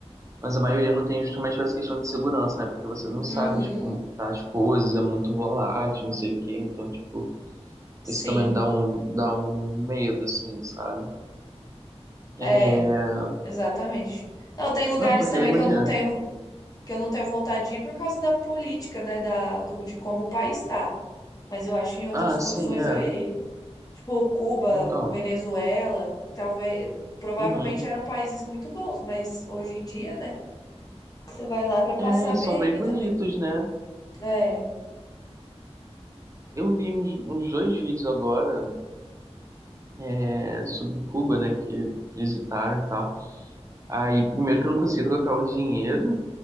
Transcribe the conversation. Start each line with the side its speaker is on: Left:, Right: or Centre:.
Right: mas a maioria não tem justamente por essa questão de segurança, né? Porque você não sabe,
Left: Uhum.
Right: tipo, como que tá as coisas, é muito volátil, não sei o quê, então, tipo,
Left: Sim.
Right: isso também dá um, dá um medo, assim, sabe? É...
Left: É, exatamente. Não, tem lugares
Right: Não, porque
Left: também
Right: imagina,
Left: que eu não tenho, que eu não tenho vontade de ir por causa da política, né? Da, do- de como o país está. Mas eu acho que em outras
Right: ah,
Left: condições
Right: sim, é,
Left: eu iria. Tipo, Cuba,
Right: então,
Left: Venezuela, talvez, provavelmente
Right: uhum.
Left: eram países muito bons, mas hoje em dia, né? Você vai lá pra passar
Right: É, e
Left: perrengue
Right: são bem bonitos,
Left: também.
Right: né?
Left: É.
Right: Eu vi uns, uns dois vídeos agora, é, sobre Cuba, né, que visitaram e tal. Aí, primeiro que eu não consegui trocar o dinheiro,